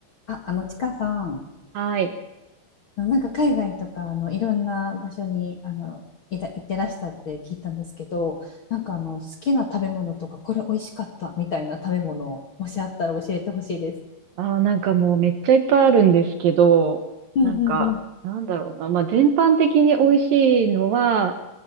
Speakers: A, on the left; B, on the right.
A: あ、あの、ちかさん、
B: はい。
A: なんか海外とか、あの、いろんな場所に、あの、いら、行ってらしたって聞いたんですけど、なんかあの、好きな食べ物とか、これ美味しかったみたいな食べ物、もしあったら教えてほしいです。
B: あー、なんかもうめっちゃいっぱいあるんですけど、
A: うんうんうん。
B: なんか、なんだろうな。まあ、全般的に美味しいのは、